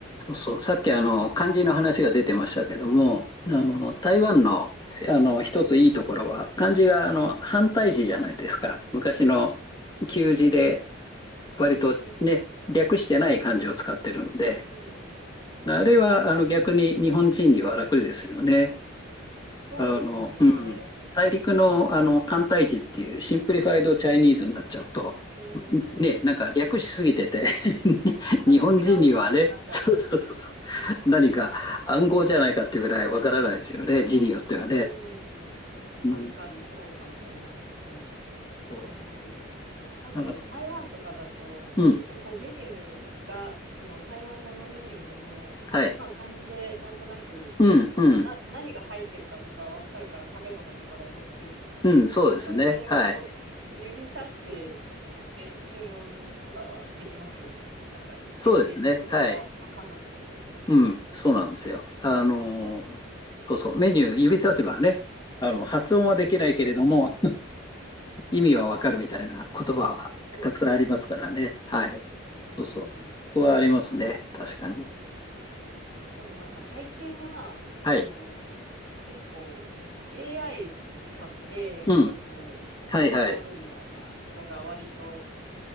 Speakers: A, on the left; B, on the right.
A: そうそう。さっき、あの、
B: そ
A: 漢字の話が出てましたけども、あの、台湾の、
B: う。うん。
A: あの、一ついいところは、漢字が、あの、反対字じゃないですか。昔の旧字で、割とね、
B: うん。
A: 略してない漢字を使ってるんで、
B: うん。
A: あれは、あの、逆に日本人には楽ですよね。
B: そうですね。
A: あの、うん。大陸の、あの、簡体字っていうシンプリファイドチャイニーズになっちゃうと、
B: うん。
A: んね、なんか略しすぎてて <laughs>
B: なんか違うものになっちゃってますね。
A: 日本人にはね、そうそうそうそ
B: う
A: う、何か暗号じゃないかっていうぐらいわからないですよね、
B: ん。
A: 字によってはね。
B: うん。
A: うん、
B: 確かにそうかもしれないですね。
A: そう
B: うん。なんかでも台湾とかだと、
A: だから
B: 割とこうメニューが、
A: うん、
B: その台湾語のメニューでも、
A: はい。
B: まあ漢字でなんとなく、
A: うん、うん、
B: まあ、な、何が入ってるかとかわかるから食べ物とかだと特に。
A: うん、そうですね。
B: なんか、それでこう、
A: はい。
B: <laughs> 指さして、ね、注文とかはできますよね。なんか、
A: そうですね。
B: 全然言葉はわかんなくても。
A: はい。うん、そうなんですよ。
B: うん。
A: あのーそうそう、メニュー指させばね、あの、発音はできないけれども、
B: うん。
A: 意味はわかるみたいな言葉はたくさんありますからね。
B: そうそうそ
A: はい。
B: う。うん。
A: そうそう。そこはありますね。確かに。
B: でもなんか最近は、
A: はい。
B: あの、結構 AI を使って語学を学ぶみたいなのが割と
A: うん。はいはい。